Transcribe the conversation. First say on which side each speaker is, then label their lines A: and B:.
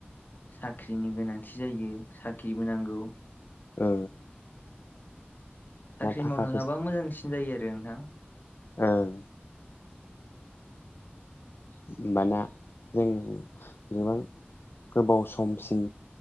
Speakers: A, on the left; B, on the left.
A: साख्रिनि गोनांथि जायो साख्रिबो नांगौ।
B: औ।
A: साख्रि
B: थाखा
A: मावनो हाबा मोजांसिन जायो आरो नोंथां।
B: ओं। होनबाना जों गोबां गोबाव समसिम